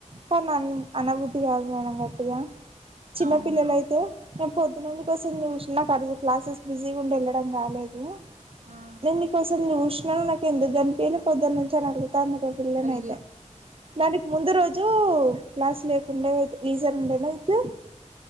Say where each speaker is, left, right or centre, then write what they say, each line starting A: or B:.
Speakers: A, on the right; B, on the right.
A: కాన్ నన్ అనబుద్ది కాదు మేడం గట్టగా చిన్న
B: అవును
A: పిల్లలయితే నేన్ పొద్దునన్కి వస్ సం జూసినా క్లాసెస్ బిజీగ ఉండి వెళ్ళడం కాలేదు
B: ఆ
A: నేన్ నీకోసం జూస్ నాన నాకు ఎందుకు గన్పిలే పొద్దు నుంచి అని అడుగుతాను గ పిల్లనయితే
B: అయ్యో
A: దానికి ముందు రోజు ఓ క్లాస్ లేకుండే ఈజర్ ఉండేనా అయితే